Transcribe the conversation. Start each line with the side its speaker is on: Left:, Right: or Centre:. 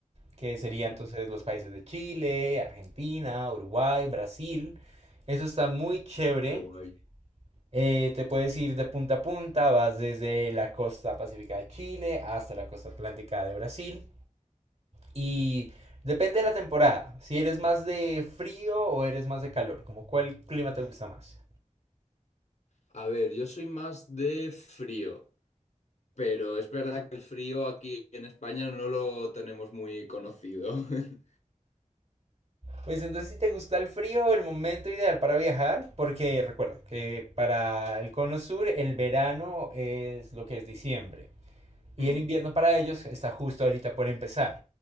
Right: que sería
Left: Mm.
Right: entonces los países de Chile, Argentina, Uruguay, Brasil. Eso está muy chévere.
Left: qué guay.
Right: Eh, te puedes ir de punta a punta, vas desde la costa pacífica de Chile hasta la costa atlántica de Brasil. Y depende de la temporada, si eres más de frío o eres más de calor, como cuál clima te gusta más.
Left: A ver, yo soy más de frío, pero es verdad que el frío aquí en España no lo tenemos muy conocido. <laughs>
Right: Pues entonces si te gusta el frío, el momento ideal para viajar, porque recuerda que para el cono sur el verano es lo que es diciembre y
Left: Mm,
Right: el invierno para ellos está justo ahorita por empezar